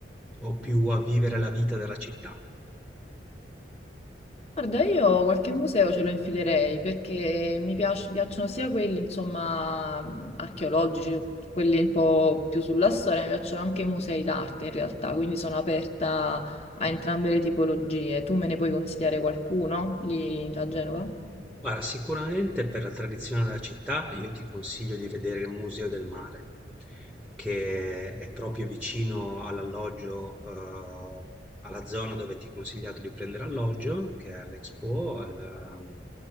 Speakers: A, in the centre; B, on the left (about 35°).
A: o più a vivere la vita della città?
B: Guarda, io qualche museo ce lo infilerei perché mi piac- piacciono sia quelli, insomma, mh, archeologici, quelli un po' più sulla storia, mi piacciono anche i musei d'arte in realtà, quindi sono aperta a entrambe le tipologie. Tu me ne puoi consigliare qualcuno lì a Genova?
A: Guarda, sicuramente per la tradizione della città io ti consiglio di vedere il Museo del Mare, che è proprio vicino all'alloggio, eh, alla zona dove ti ho consigliato di prendere alloggio, che è all'Expo, alla-